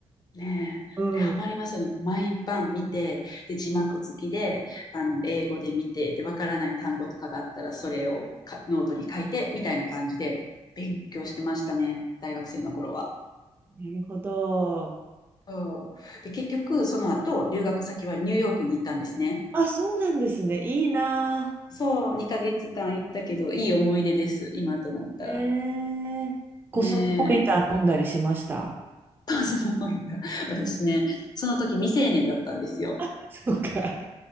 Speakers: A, on the left; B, on the right.
A: ねえ、
B: うん。
A: でハマりますよね。毎晩見て、で、字幕付きで、あの、英語で見て、で、わからない単語とかがあったら、それをかノートに書いて、みたいな感じで勉強してましたね。大学生の頃は。
B: なるほど。
A: そう。で、結局、その後、留学先はニューヨークに行ったんですね。
B: あ、そうなんですね。いいな
A: そう、2ヶ月間行ったけど、いい思い出です、今となったら。
B: ぁ。えー、コスモポリタン飲んだりしました。
A: ねえ、<laughs> コスモポリタン。私ね、その時未成年だったんですよ。
B: <laughs> そうか。